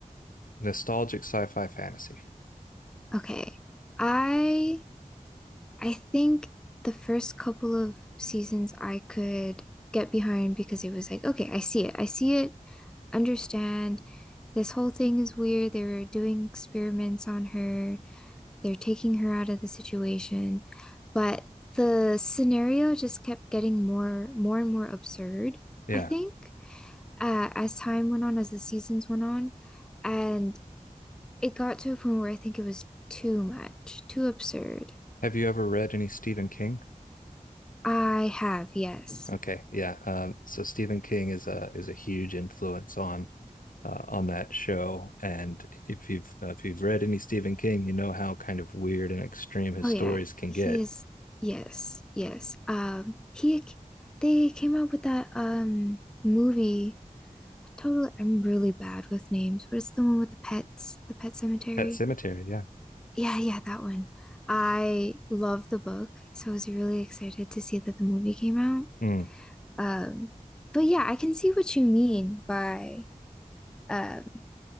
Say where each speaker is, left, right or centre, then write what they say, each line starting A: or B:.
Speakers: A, on the left; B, in the centre.
A: nostalgic sci-fi fantasy.
B: Okay. I I think the first couple of seasons I could get behind because it was like, okay, I see it. I see it. Understand. This whole thing is weird. They were doing experiments on her. They're taking her out of the situation, but the scenario just kept getting more more and more absurd,
A: Yeah.
B: I think, uh, as time went on, as the seasons went on, and it got to a point where I think it was too much, too absurd.
A: Have you ever read any Stephen King?
B: I have, yes.
A: Okay, yeah. Um, so Stephen King is a is a huge influence on uh, on that show, and if you've uh, if you've read any Stephen King, you know how kind of weird and extreme his
B: Oh
A: stories
B: yeah,
A: can
B: he
A: get.
B: is yes, yes. Um he they came out with that um movie. Totally, I'm really bad with names, but it's the one with the pets, the pet cemetery.
A: Pet Cemetery, yeah,
B: Yeah, yeah, that one. I love the book, so I was really excited to see that the movie came out.
A: Mm,
B: Um, but yeah, I can see what you mean by um